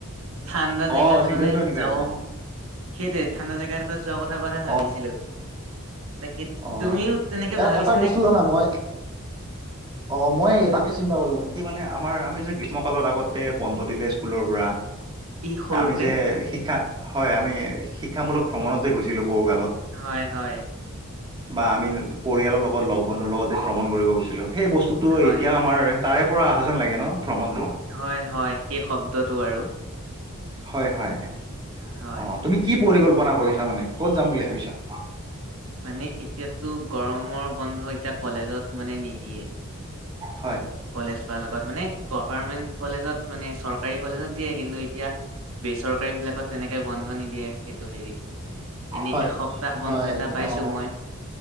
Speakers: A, on the right (about 80°); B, on the right (about 20°).
A: ঠাণ্ডা জেগাত
B: অ চিজনটো
A: মানে
B: এনেকুৱা
A: যাব
B: আহিছে
A: সেইটোৱে ঠাণ্ডা জেগা এটা যোৱাৰ কথা পৰা ভাবিছিলোঁ।
B: অ
A: তাকে,
B: অ
A: তুমিওঁ তেনেকে
B: এ
A: ভাবিছা
B: <unintelligible> জানা মই, অ', মই তাকে
A: হয়
B: তাকে চিন্তা কৰিছিলোঁ। কি মানে আমাৰ আমি যে গ্ৰীষ্ম কালত আগতে বন্ধ দিলে স্কুলৰ পৰা
A: ই সৰুতে
B: আমি যে শিক্ষা, হয় আমি শিক্ষামূলক ভ্ৰমণত যে গৈছিলো সৰুকালত।
A: হয় হয়।
B: বা আমি পৰিয়ালৰ লগত লগ বন্ধুৰ লগত যে ভ্ৰমণ কৰিব গৈছিলোঁ। সেই বস্তুটো
A: হয়
B: এতিয়া আমাৰ তাৰে পৰা অহা যেন লাগে ন? ভ্ৰমনটো?
A: হয়, হয়, সেই শব্দটো আৰু।
B: হয়, হয়।
A: হয়
B: অ', তুমি কি পৰিকল্পনা কৰিছা মানে কত যাম বুলি ভাবিছা?
A: মানে এতিয়াতো গৰমৰ বন্ধ এতিয়া কলেজত মানে নিদিয়ে।
B: হয়।
A: কলেজ পোৱাৰ লগত মানে গভাৰমেন্ট কলেজত মানে চৰকাৰী কলেজত দিয়ে, কিন্তু এতিয়া বেচৰকাৰী বিলাকত তেনেকে বন্ধ নিদিয়ে সেইটো হেৰি এনে
B: হয়
A: এসপ্তাহ
B: হয়
A: বন্ধ এটা পাইছো
B: অ
A: মই।